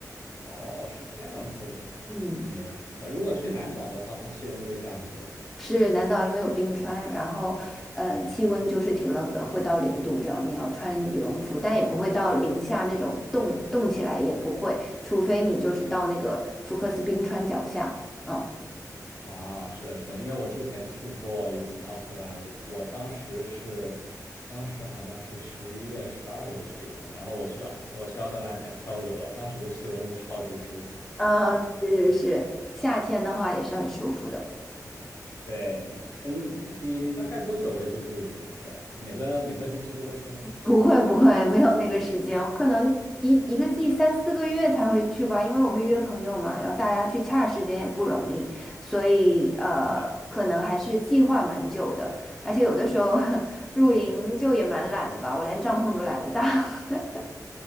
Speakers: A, on the left (about 50°); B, in the centre.
A: 哦，是这样子的，
B: 嗯，
A: 明白明白。如果去南岛的话，它气温就会降很多
B: 是南岛因为有冰川，然后嗯，气温就是挺冷的，会到零度这样，你要穿羽绒服，但也不会到零下那种冻冻起来也不会，除非你就是到那个福克斯冰川脚下。嗯。
A: 啊。是的，是的，因为我之前去过一次奥克兰，我当时是，当时好像是十一月、十二月去的，然后我去奥，我去奥克兰还漂流了，当时的气温真的超级舒服。
B: 呃，是是是，夏天的话也是很舒服的。
A: 对，你呃你你你大概多久会去露营一次呀？每个每个星期都会去吗？
B: 不会不会，没有那个时间，
A: 没有，
B: 我可能一一个季三四个月才会去吧，因为我会约朋友嘛，然后大家去掐时间也不容易，所以呃，
A: 明白。
B: 可能还是计划蛮久的。而且有的时候 <laughs> 露营就也蛮懒的吧，我连帐篷都懒得搭。<laughs>